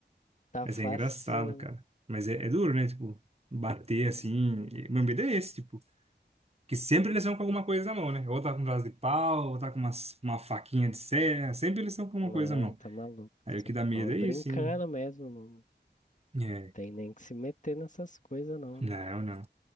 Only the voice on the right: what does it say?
Mas
é engraçado, cara.
Mas é, é duro, né? Tipo, bater assim. e- Meu medo é esse, tipo. Que sempre eles estão com alguma coisa na mão, né? Ou tá com um braço de pau, ou tá com uma, uma faquinha de serra. Sempre eles estão com alguma
coisa na mão.
Aí
o que dá medo
é isso, hein?
É.
Não,
não.